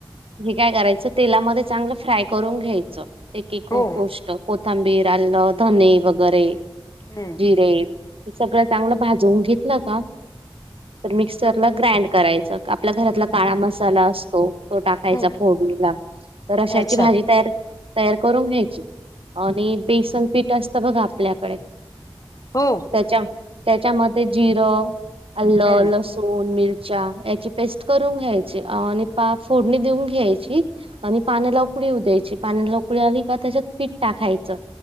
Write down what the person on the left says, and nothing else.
हो
हम्म
हम्म
अच्छा
हो
हम्म